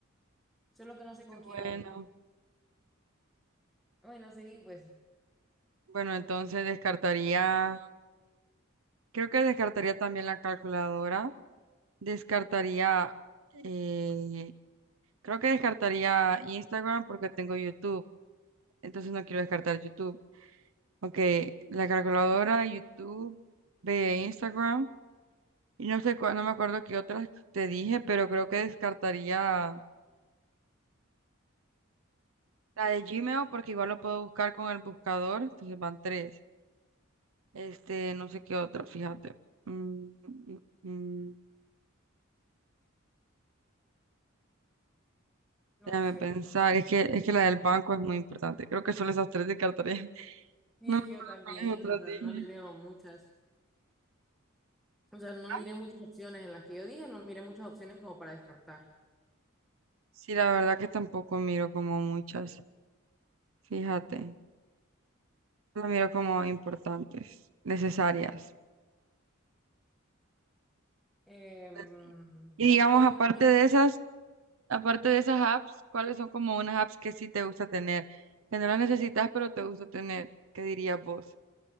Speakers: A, in the centre; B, on the right (about 70°).
A: Solo que no sé
B: Qué
A: con quién
B: bueno,
A: me metí. Bueno, seguí, pues,
B: bueno, entonces descartaría, creo que descartaría también la calculadora, descartaría, eh, creo que descartaría Instagram porque tengo YouTube, entonces no quiero descartar YouTube. Ok, la calculadora, YouTube, ve Instagram. Y no sé cuál, no me acuerdo qué otras te dije, pero creo que descartaría la de Gmail porque igual lo puedo buscar con el buscador, entonces van tres. Este, no sé qué otra, fíjate. Mm, mm, mm,
A: no
B: déjame
A: sé.
B: pensar, es que, es que la del banco es muy importante. Creo que solo esas tres descartaría. <laughs>
A: Sí,
B: No
A: es
B: me acuerdo
A: que yo también,
B: cuáles otras
A: o sea,
B: dije.
A: no le veo muchas. O sea, no
B: Ah,
A: miré muchas opciones en las que yo dije, no miré muchas opciones como para descartar.
B: Sí, la verdad que tampoco miro como muchas, fíjate. Las miro como importantes, necesarias.
A: Em,
B: Así. Y digamos,
A: es que yo
B: aparte
A: también,
B: de esas. Aparte de esas apps, ¿cuáles son como unas apps que sí te gusta tener? Que no las necesitas, pero te gusta tener. ¿Qué dirías vos?